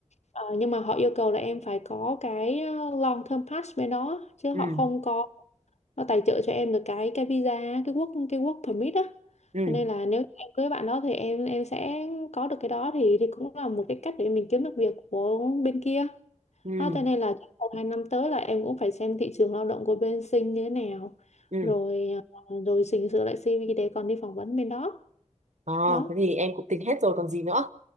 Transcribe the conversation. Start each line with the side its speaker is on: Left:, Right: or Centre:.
Left: ờ, nhưng mà họ yêu cầu là em phải có cái ờ, long term pass bên đó chứ
Right: ừ
Left: họ không có nó tài trợ cho em được cái cái visa cái work cái work permit á
Right: ừ
Left: Cho nên là nếu em cưới bạn đó thì em em sẽ có được cái đó thì thì cũng là một cái cách để mình kiếm được việc của bên kia
Right: ừ
Left: đó, cho nên là trong một hai năm tới là em cũng phải xem thị trường lao động của bên Sinh như thế nào
Right: ừ
Left: rồi ờ, rồi chỉnh sửa lại CV để còn đi phỏng vấn bên đó
Right: à,
Left: đó
Right: thế thì em cũng tính hết rồi còn gì nữa